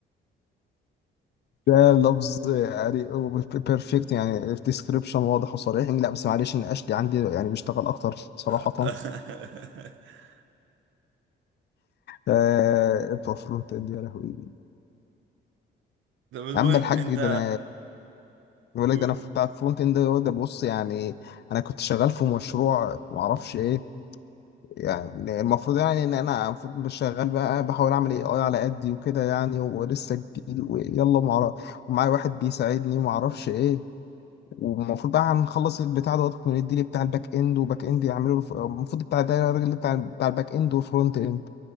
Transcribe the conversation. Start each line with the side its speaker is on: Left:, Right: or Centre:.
Left: ده لفظ يعني بيرفكت يعني ديسكريبشن واضح وصريح يعني لا بس معلش ان اشلي عندي يعني بيشتغل اكتر صراحه
Right: <laughs>
Left: آه بتوع فرونت اند يا لهوي
Right: طب المهم
Left: يا عم الحاج
Right: انت
Left: ده انا بيقول
Right: قول
Left: لك ده انا
Right: قول.
Left: في بتاع فرونت اند ده بص يعني انا كنت شغال في مشروع ما اعرفش ايه يعني المفروض يعني ان انا المفروض شغال بقى بحاول اعمل اي اي على قدي وكده يعني ولسه جديد ويلا ما أعرف- ومعايا واحد بيساعدني وما اعرفش ايه والمفروض بقى هنخلص البتاع دوت وندي لي بتاع الباك اند وباك اند يعملوا الف- المفروض بتاع ده الراجل بتاع بتاع الباك اند وفرونت اند